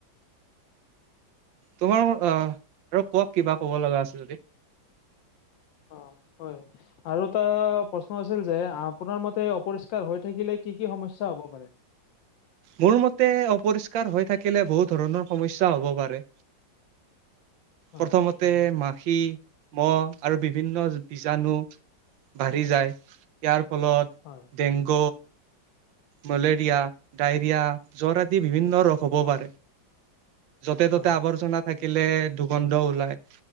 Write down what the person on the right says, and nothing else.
তোমাৰ অ আৰু কওক কিবা কব লগা আছে যদি।
মোৰ মতে অপৰিষ্কাৰ হৈ থাকিলে বহুত ধৰণৰ সমস্যা হ'ব পাৰে।
প্ৰথমতে
মা। পানী মহ আৰু বিভিন্ন বীজাণু। বাঢ়ি যায় ইয়াৰ ফলত।
Tank malaria. ডাৰিয়া জ্বৰ আদি বিভিন্ন ৰোগ হ'ব পাৰে য'তে
ত'তে আৱৰ্জনাত। থাকিলে দুগন্ধ ওলাই